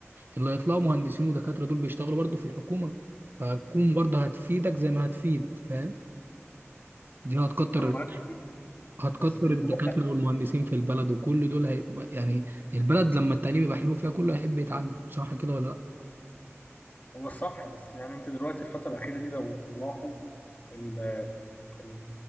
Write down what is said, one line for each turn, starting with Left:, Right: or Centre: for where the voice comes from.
Right: اللي هيطلعوا مهندسين ودكاترة دول بيشتغلوا برضه في الحكومة فهتكون برضه هتفيدك زي ما هتفيد فاهم دي هتكتر
Left: انا معاك فيه
Right: هتكتر
Left: بس دلوقتي
Right: الدكاترة والمهندسين في البلد وكل دول هيبقى يعني البلد لما التعليم يبقى حلو فيها كله هيحب يتعلم صح كده ولا لا
Left: هو صح بس يعني انت دلوقتي الفترة الأخيرة دي لو تلاحظ ال- ال-